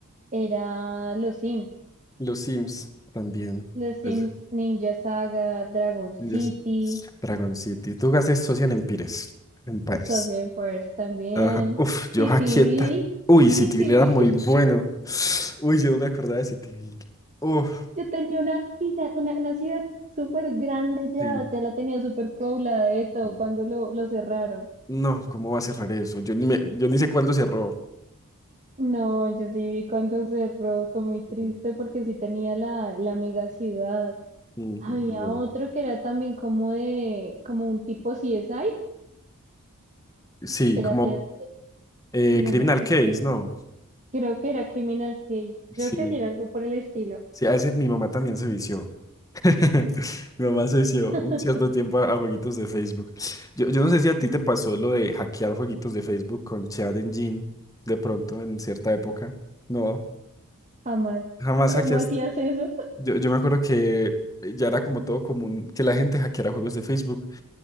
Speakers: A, on the right; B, on the left.
A: era los Sims.
B: los Sims también.
A: Los Sims
B: Es-
A: Ninja Saga, Dragon City,
B: es Dragon City. Tú haces Social Empires. Empires.
A: Social Empires también,
B: Ajá. Uf, yo
A: Cityville,
B: hackeé tan- Uy, Cityville
A: Cityville.
B: era muy bueno. Uy, yo no me acordaba de CityVille. Uf,
A: Yo tenía una, giga- una, una ciudad súper grande ya,
B: Sí,
A: ya la tenía súper poblada de todo
B: sí.
A: cuando lo, lo cerraron.
B: no, ¿cómo va a cerrar eso? Yo ni me, yo ni sé cuándo cerró.
A: No, yo sí vi cuando cerró, fue muy triste
B: Ujú,
A: porque sí tenía la, la mega ciudad.
B: Ujú,
A: Había
B: wow.
A: otro que era también como de, como un tipo CSI,
B: Sí,
A: era,
B: como
A: era-
B: eh,
A: no
B: Criminal
A: me acuerdo
B: Case,
A: bien.
B: ¿no?
A: Creo que era Criminal Case, creo
B: Sí,
A: que sí era algo por el estilo.
B: sí, a veces mi mamá también se vició. <laughs> Mi mamá se vició
A: <laughs>
B: un cierto tiempo a, a jueguitos de Facebook. Yo, yo no sé si a ti te pasó lo de hackear jueguitos de Facebook con Chat Engine de pronto en cierta época. No,
A: Jamás.
B: jamás
A: ¿Cómo
B: hackeaste.
A: hacías eso?
B: Yo, yo me acuerdo que ya era como todo común que la gente hackeara juegos de Facebook